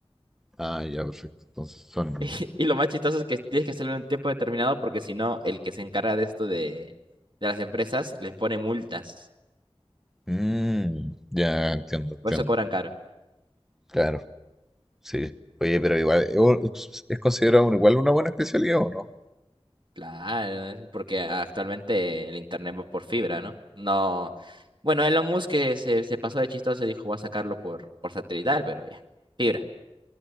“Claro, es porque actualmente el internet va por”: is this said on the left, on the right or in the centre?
Right